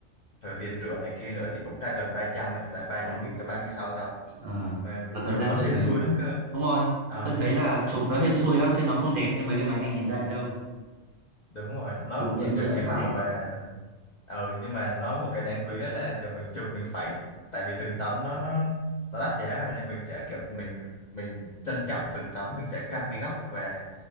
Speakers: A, on the left; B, on the right.
A: rồi tiền rửa này kia nữa thì cũng ra gần 300 ấy, là 300
B: đó
A: nghìn cho 36 tấm.
B: à,
A: Mà mình
B: và thật
A: chụp
B: ra
A: nó hên
B: tôi thấy
A: xui lắm cơ.
B: đúng rồi
A: Ờ.
B: tôi thấy là chụp nó hên xui lắm chứ nó không đẹp như mấy cái máy ảnh hiện đại đâu
A: đúng rồi nó
B: chụp ngựa
A: chỉ
B: ngựa
A: được cái
B: thì
A: màu
B: có đẹp
A: và ừ nhưng mà nó có một cái đáng quý đó là kiểu mình chụp mình phải tại vì từng tấm nó nó nó đắt giá mà nên mình sẽ kiểu mình mình trân trọng từng tấm mình sẽ căn cái góc và